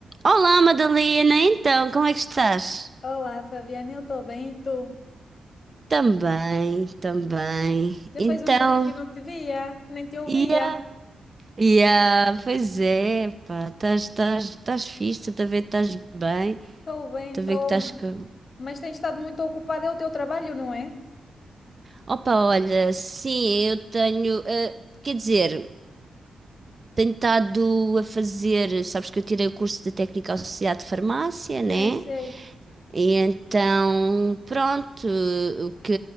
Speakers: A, on the right; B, on the left.
A: Olá, Madalena. Então, como é que estás?
B: Olá, Fabiana, eu estou bem, e tu?
A: Também, também.
B: Já
A: Então,
B: faz um tempo que não te via, nem te ouvia.
A: ia, ia, pois é, pá, estás, estás, estás fixe, estou a ver que estás bem,
B: Estou bem,
A: estou
B: estou,
A: a ver que estás com...
B: mas tens estado muito ocupada, é o teu trabalho, não é?
A: Opa, olha, sim, eu tenho, eh, quer dizer, tenho estado a fazer, sabes que eu tirei o curso de técnica associada de farmácia, né?
B: Sei, sei.
A: E então, pronto, o que